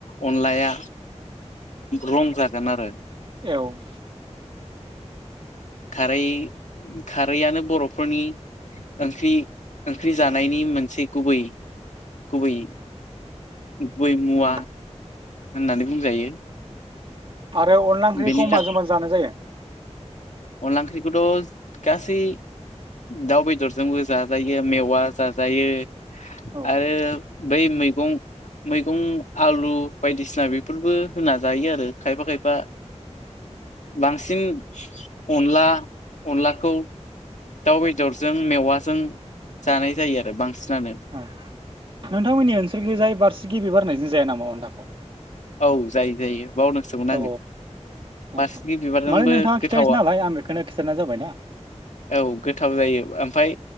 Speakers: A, on the left (about 80°); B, on the right (about 45°).
A: अनलाया रं जागोन आरो
B: औ
A: खारै खारैआनो बर'फोरनि ओंख्रि ओंख्रि जानायनि मोनसे गुबै गुबै गुबै मुवा
B: उम
A: होननानै बुंजायो
B: आरो अनला ओंख्रिखौ
A: बेनि था
B: माजों माजों जानाय जायो?
A: अनला ओंख्रिखौथ' गासै दाउ बेदरजोंबो जाजायो मेवा जाजायो
B: औ
A: आरो। बै मैगं मैगं आलु बायदिसिना बेफोरबो होना जायो आरो खायफा खायफा। बांसिन अनला अनलाखौ। दाउ बेदरजों मेवाजों जानाय जायो आरो बांसिनानो।
B: औ नोंथांमोननि ओनसोलखौजाय बारसिगि बिबार होननायजों जाया नामा अनलाखौ?
A: औ जायो जायो। बावदोंसोमोन
B: औ
A: आङो
B: औ
A: बासिखि
B: औ
A: बिबारजोंबो
B: माने नोंथाङा खिथायासै
A: गोथावा
B: नालाय आं बेखौनो खिथानाय जाबायना
A: औ गोथाव जायो ओमफ्राय